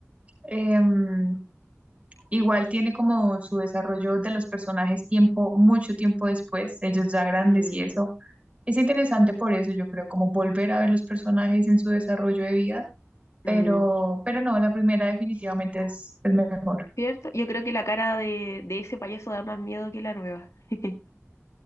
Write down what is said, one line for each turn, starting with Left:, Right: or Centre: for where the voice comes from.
Right: em, Igual tiene como su desarrollo de los personajes tiempo, mucho tiempo después, ellos ya grandes
Left: Mm,
Right: y eso. Es interesante por eso, yo creo, como volver a ver los personajes en su desarrollo de vida, pero,
Left: mm,
Right: pero no, la primera definitivamente es el mejor.
Left: ¿cierto? Yo creo que la cara de, de ese payaso da más miedo que la nueva. <laughs>